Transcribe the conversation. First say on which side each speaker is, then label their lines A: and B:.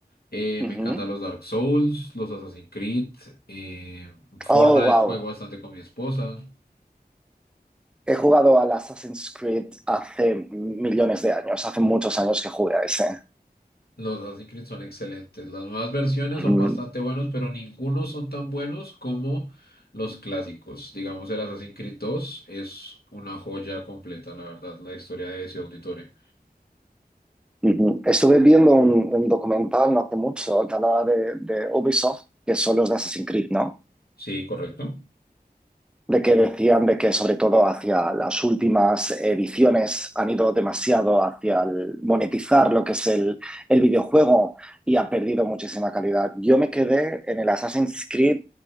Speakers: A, on the left (about 70°); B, in the centre.
A: Eh,
B: Ujú.
A: me encantan los Dark Souls, los Assassin's Creed. eh, Fortnite
B: Oh, wow.
A: juego bastante con mi esposa.
B: He jugado al Assassin's Creed hace millones de años, hace muchos años que jugué a ese.
A: Los Assassin's Creed son excelentes. Las nuevas versiones
B: Mm,
A: son bastante buenos, pero ninguno son tan buenos como los clásicos. Digamos, el Assassin's Creed 2 es una joya completa, la verdad, la historia de ese auditorio.
B: ujú. Estuve viendo un, un documental no hace mucho que hablaba de, de Ubisoft, que son los de Assassin's Creed, ¿no?
A: Sí, correcto.
B: de que decían de que sobre todo hacia las últimas ediciones han ido demasiado hacia el monetizar lo que es el, el videojuego y ha perdido muchísima calidad. Yo me quedé en el Assassin's Creed,